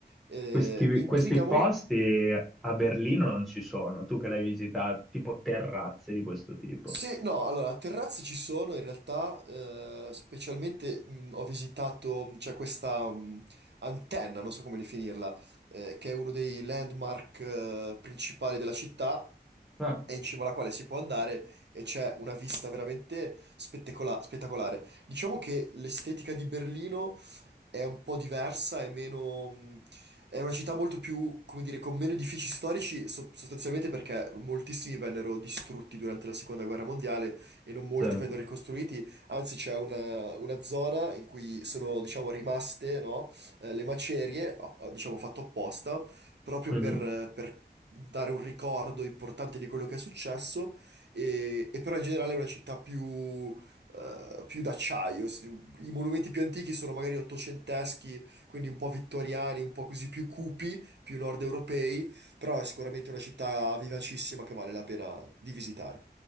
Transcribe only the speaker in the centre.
Questi,
questi
posti a Berlino non ci sono, tu che l'hai visitato, tipo terrazze di questo tipo.
Ah,
sì.
Mhm.